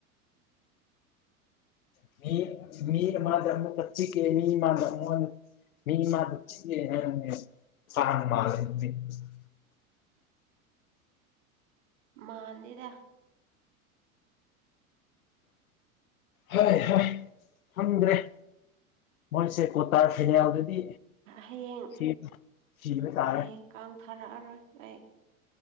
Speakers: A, on the left; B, on the right.
A: <inaudible> <inaudible> <unintelligible>
B: ꯃꯥꯅꯤꯗ
A: ꯍꯣꯏ ꯍꯣꯏ ꯈꯪꯗ꯭ꯔꯦ ꯃꯣꯏꯁꯦ ꯀꯣꯇꯥꯔ ꯐꯤꯅꯦꯜꯗꯗꯤ
B: ꯍꯌꯦꯡ
A: ꯁꯤꯕ ꯁꯤꯕ ꯇꯥꯔꯦ
B: ꯍꯌꯦꯡ ꯀꯥꯡ ꯊꯥꯔꯛꯑꯔꯣꯏ ꯑꯩ